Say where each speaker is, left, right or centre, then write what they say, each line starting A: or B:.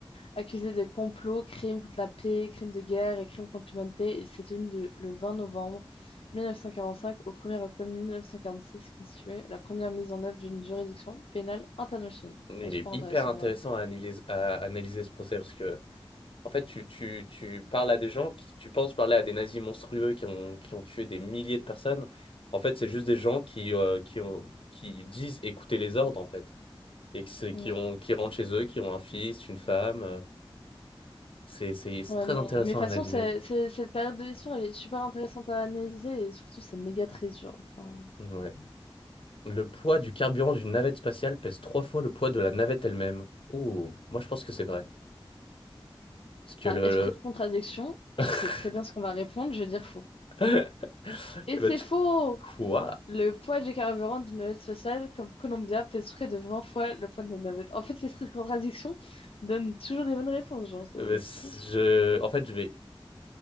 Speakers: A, on the left (about 85°); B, on the left (about 65°).
A: Accusés de complots, crimes contre la paix, crimes de guerre et crimes contre l'humanité, il s'est tenu du- le 20 novembre 1945 au 1er octobre 1946 et constitué la première mise en œuvre d'une juridiction pénale internationale.
B: Il
A: Bah, super
B: est hyper
A: intéressant,
B: intéressant
A: ouais.
B: à analyser, à analyser ce procès parce que En fait, tu, tu, tu parles à des gens qui, tu penses parler à des nazis monstrueux qui ont, qui ont tué des milliers de personnes. En fait, c'est juste des gens qui, euh, qui ont, qui disent écouter les ordres, en fait. Et que c'est,
A: Mm.
B: qui ont, qui rentrent chez eux, qui ont un fils, une femme. euh, C'est, c'est, c'est
A: Ouais,
B: très
A: mais,
B: intéressant
A: mais de toute façon,
B: à analyser.
A: c'est- c'est- cette période de l'histoire, elle est super intéressante à analyser et surtout, c'est méga très dur. Enfin,
B: Ouais. Le poids du carburant d'une navette spatiale pèse trois fois le poids de la navette elle-même. Ouh, moi je pense que c'est vrai. Parce que
A: par
B: le...
A: esprit de contradiction,
B: le-
A: tu sais très bien ce qu'on va répondre, je vais dire faux.
B: <laughs>
A: Et
B: Eh
A: c'est
B: ben, tu-
A: faux!
B: Quoi?
A: Le poids du carburant d'une navette spatiale comme Columbia pèse près de 20 fois le poids de notre navette. En fait, l'esprit de contradiction donne toujours les bonnes réponses, genre, c'est
B: Eh ben, c-
A: c'est fou.
B: je... En fait, je vais...